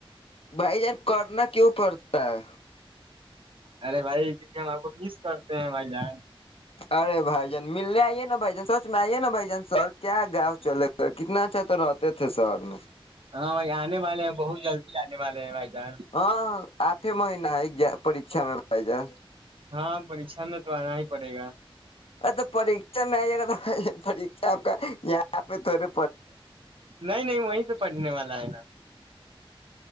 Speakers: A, on the left; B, on the right.
A: بھائی جان کرنا کیوں پڑتا ہے
B: ارے بھائی لیے ہم آپ کو مس کرتے ہیں بھائی جیں
A: ارے بھائی جان ملنے آئیے نا بھ جان سچ میں آئیے نا بھ جان سر کیا گاؤں چلے گئے کتنا اچھا تو رہتے تھے شہر میں
B: ہاں بھائی آنے والے ہیں بہت جلدی آنے والے ہیں بھائی جان
A: ہ آٹھے مہینہ ہے ایک پریھا میں پائی جان
B: ہاں پریچا میں تو آنا ہی پڑے گا
A: ا تو پریچا میں آئیے گا پا آپ کا یہاں پہ تھڑے
B: نہیں نہیں وہی تو پڑھنے والا ہے نا